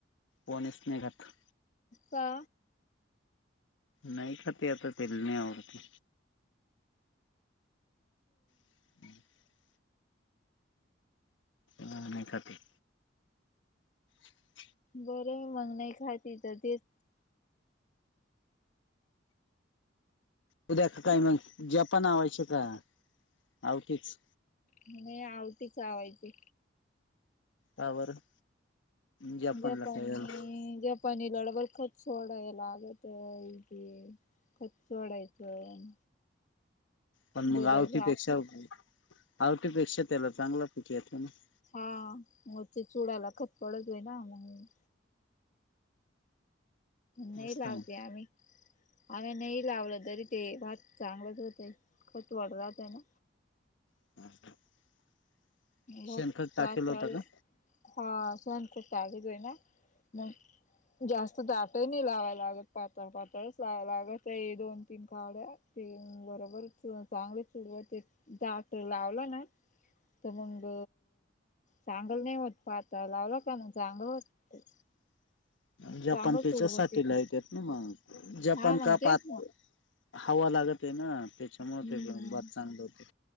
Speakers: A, on the left; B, on the left.
A: कोणीच नाही खात.
B: का?
A: नाही खाती आता तेल नाही आवडती. <unintelligible> हां नाही खाती. <inaudible>
B: बरं आहे मंग नाही खाती तर तेच
A: उद्या का काही मंग जपान आवायचे का? आवतीच?
B: नाही आवटी चावायची.
A: का बरं? जपानला
B: जपानी
A: काय झालं
B: जप पाणी <unintelligible> सोडायला लागतं इथे. खत सोडायचं.
A: पण
B: दुधाचा
A: आवठीपेक्षा
B: ग्लास
A: आवठपेक्षा त्याला चांगला पिक येत का ना <unintelligible>
B: हा मग ते चुडाला खत पडत आहे ना मग. नी
A: मस्त
B: लावते
A: मग
B: आम्ही <unintelligible> आम्ही नाही लावलं तरी ते भात चांगलंच होतं खच वड राहत आहे ना.
A: <inaudible> <unintelligible>
B: बघ
A: शेणखत
B: पाताल
A: टाकेल होता का
B: हा सहन करतालेचय ना मग <unintelligible> जास्त दाटही नाही लावाय लागत पातळ पातळच लावाव लागत दोन तीन काड्या. ते बरोबर चांगले चुडव ते दाट लावलं ना <unintelligible> तर मग चांगल नाही होत पाहता लावला का मग चांगलं होत
A: <inaudible> <unintelligible> जपान
B: चांगल
A: त्याच्यासाठी
B: चुडवत
A: लायकेत ना जपान
B: हा म्हणजेच
A: का पात
B: ना
A: हवा लागतये ना. त्याच्यामुळेते
B: हम्म
A: पण बात चांगली होते